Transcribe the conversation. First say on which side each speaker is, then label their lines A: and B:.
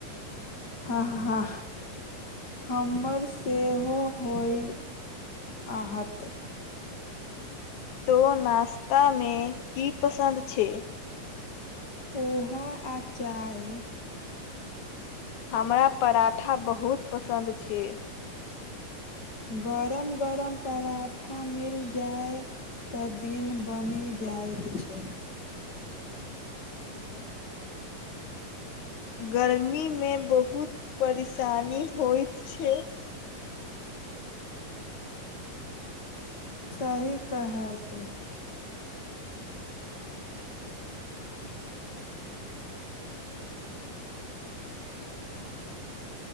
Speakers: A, on the left (about 35°); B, on the left (about 65°).
A: हँ हा हमर सेहो होय आत
B: तो नश्ता मे की पसन्द छै
A: पोहा आचार
B: हमरा पराठा बहुत पसन्द छै
A: गरम गरम पराठा मिल जाय तऽ दिन बनि जाइत छै
B: गर्मी मे बहुत परेशानी होइत छै
A: सही कहत